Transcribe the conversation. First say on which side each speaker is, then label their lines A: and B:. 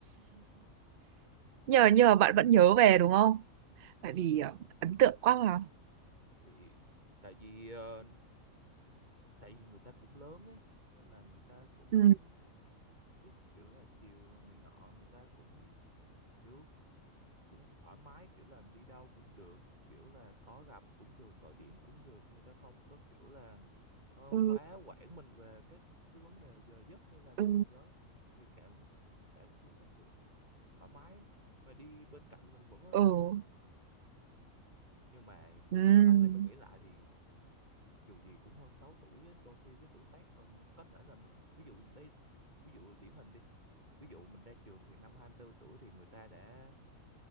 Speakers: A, on the right; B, on the right.
A: nhờ nhờ bạn vẫn nhớ về đúng không? Tại vì ờ, ấn tượng quá mà.
B: thì tại vì ờ, tại vì người ta cũng lớn ấy nên là người ta cũng
A: Ừ,
B: biết kiểu là chiều này nọ người ta cũng kiểu cũng thoải mái kiểu là đi đâu cũng được kiểu là có gặp cũng được gọi điện cũng được người ta không có kiểu là ờ,
A: ừ,
B: quá quản mình về các cái vấn đề giờ giấc hay là
A: ừ,
B: cái gì đó thì cảm tạo một cái sự thoải mái ấy. mà đi bên cạnh mình vẫn rất
A: ừ.
B: là vui nhưng mà
A: Ừ,
B: sau này mình nghĩ lại thì dù gì cũng hơn 6 tuổi á, đôi khi cái tuổi tác um, có thể là mình ví dụ đây ví dụ điển hình đi ví dụ mình ra trường thì năm 24 tuổi thì người ta đã